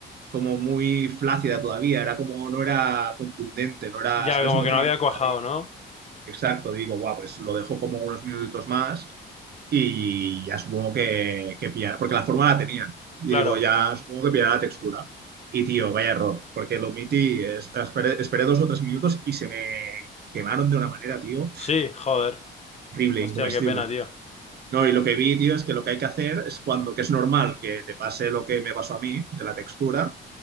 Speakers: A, on the right; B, on the left.
A: como muy flácida todavía, era como, no era contundente, no era,
B: Ya,
A: ¿sabes?
B: como
A: No
B: que
A: tenía
B: no había
A: pinta
B: cuajado,
A: de...
B: ¿no?
A: Exacto, digo, guau, pues lo dejo como unos minutitos más y ya supongo que, que pillará, porque la forma la tenían. Y
B: Claro.
A: digo, ya supongo que pillará la textura. Y tío, vaya error, porque lo omití, es- esperé, esperé dos o tres minutos y se me quemaron de una manera, tío,
B: Sí, joder.
A: horrible,
B: Hostia,
A: incomestible.
B: qué pena, tío.
A: No, y lo que vi, tío, es que lo que hay que hacer es cuando, que es normal que te pase lo que me pasó a mí, de la textura,